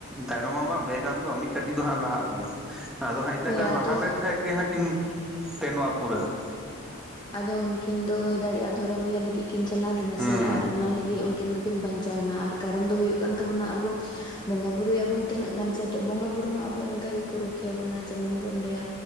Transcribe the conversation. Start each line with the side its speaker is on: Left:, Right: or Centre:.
Centre: ᱛᱟᱭᱱᱚᱢ ᱢᱟᱢ ᱢᱟ ᱵᱮᱜ ᱟᱢ ᱫᱚᱢ ᱢᱤᱫ ᱠᱟᱹᱴᱤᱡ ᱫᱚ ᱦᱟᱸᱜ ᱞᱟᱦᱟᱜ ᱟᱹᱜᱩᱭᱟ, ᱟᱫᱚ ᱦᱟᱸᱜ ᱤᱱᱟᱹᱜ
Left: ᱦᱳᱭ
Centre: ᱜᱟᱱ
Left: ᱟᱫᱚ
Centre: ᱞᱟᱦᱟ ᱞᱮᱱ ᱠᱷᱟᱡ ᱜᱮ ᱦᱟᱸᱜ ᱠᱤᱱ ᱛᱮᱱᱚᱜ-ᱟ ᱯᱩᱨᱟᱹ
Left: ᱟᱫᱚ ᱩᱱᱠᱤᱱ ᱫᱚ ᱦᱩᱭ ᱫᱟᱲᱮᱭᱟᱜᱼᱟ ᱫᱷᱚᱨᱚᱢ ᱤᱭᱟᱹ ᱞᱟᱹᱜᱤᱫ ᱠᱤᱱ ᱪᱟᱞᱟᱣ ᱞᱮᱱᱟ
Centre: ᱦᱩᱸ
Left: ᱥᱮ ᱟᱨ ᱚᱱᱟ ᱞᱟᱹᱜᱤᱫ ᱩᱱᱠᱤᱱ ᱫᱚ ᱠᱤᱱ ᱵᱟᱧᱪᱟᱣᱮᱱᱟ ᱟᱨ ᱠᱟᱨᱚᱱ ᱫᱚ ᱦᱩᱭᱩᱜ ᱠᱟᱱ ᱛᱟᱵᱩᱱᱟ ᱟᱵᱩ ᱵᱚᱸᱜᱟᱼᱵᱩᱨᱩᱭᱟᱵᱩᱱ ᱛᱤᱱᱟᱹᱜ ᱜᱟᱱ ᱥᱮ ᱛᱚ ᱵᱚᱸᱜᱟᱵᱩᱨᱩ ᱦᱚᱸ ᱟᱵᱩ ᱚᱱᱠᱟ ᱜᱮᱠᱚ ᱨᱩᱠᱷᱤᱭᱟᱹᱵᱩᱱᱟ ᱡᱮᱢᱚᱱ ᱵᱩᱱ ᱞᱟᱹᱭᱟ